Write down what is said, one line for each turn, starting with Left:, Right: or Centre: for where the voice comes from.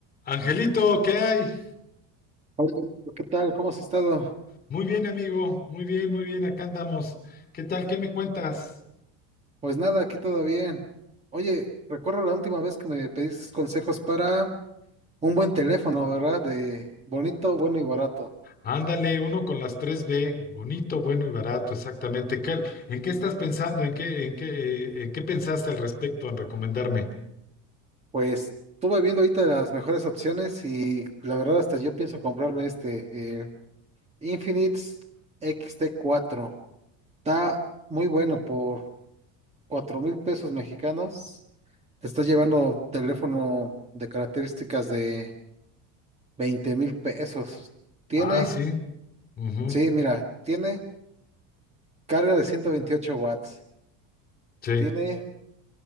Left: Angelito, ¿qué hay?
Right: Hola, ¿qué tal? ¿Cómo has estado?
Left: Muy bien, amigo. Muy bien, muy bien. Acá andamos. ¿Qué tal? ¿Qué me cuentas?
Right: Pues nada, aquí todo bien. Oye, recuerdo la última vez que me pediste consejos para un buen teléfono, ¿verdad? De bonito, bueno y barato.
Left: Ándale, uno con las tres b Bonito, bueno y barato, exactamente. ¿Qué- en qué estás pensando? ¿En qué, en qué, eh, en qué pensaste al respecto en recomendarme?
Right: Pues estuve viendo ahorita las mejores opciones y la verdad hasta yo pienso comprarme este, el Infinix xt cuatro. Está muy bueno por cuatro mil pesos mexicanos. Te está llevando teléfono de características de veinte mil pesos. Tiene
Left: Ah, sí. Ujú.
Right: Sí, mira, tiene carga de ciento veintiocho watts, Sí.
Left: Sí,
Right: tiene